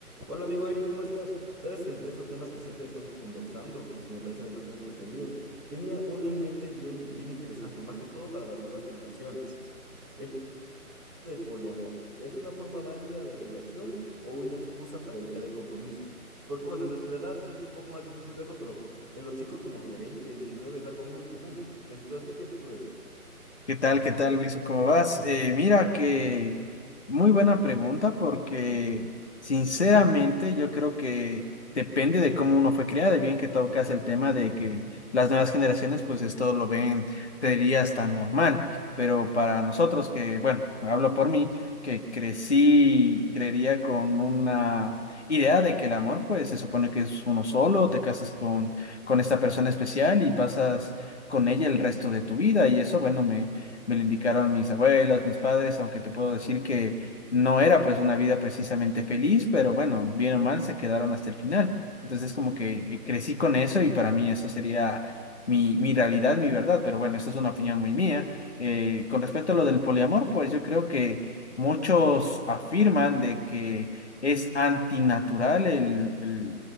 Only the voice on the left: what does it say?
¿Qué tal? ¿Qué tal, Wilson? ¿Cómo vas? Eh, mira que muy buena pregunta porque sinceramente yo creo que depende de cómo uno fue criado y bien que tocas el tema de que las nuevas generaciones pues esto lo ven, te dirías, tan normal, pero para nosotros que, bueno, hablo por mí, que crecí, creería con una idea de que el amor pues se supone que es uno solo, te casas con, con esta persona especial y pasas... con ella el resto de tu vida y eso, bueno, me, me lo indicaron mis abuelos, mis padres, aunque te puedo decir que no era pues una vida precisamente feliz, pero bueno, bien o mal se quedaron hasta el final. Entonces como que eh, crecí con eso y para mí eso sería mi, mi realidad, mi verdad, pero bueno, esa es una opinión muy mía. Eh, con respecto a lo del poliamor, pues yo creo que muchos afirman de que es antinatural el, el,